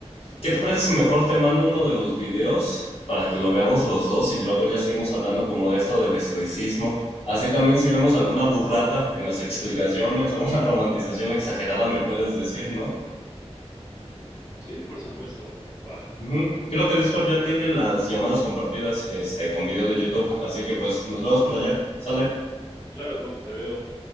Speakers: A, on the left; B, on the left.
A: ¿Qué te parece si mejor te mando uno de los videos para que lo veamos los dos y luego ya seguimos hablando como de esto del estoicismo? Así también si vemos alguna burrada en las explicaciones o una romantización exagerada me puedes decir, ¿no?
B: Sí, por supuesto. Va.
A: Ujú. Creo que Discord ya tiene las llamadas compartidas, este, con video de YouTube, así que pues nos vemos por allá. ¿Sale?
B: Claro, te veo.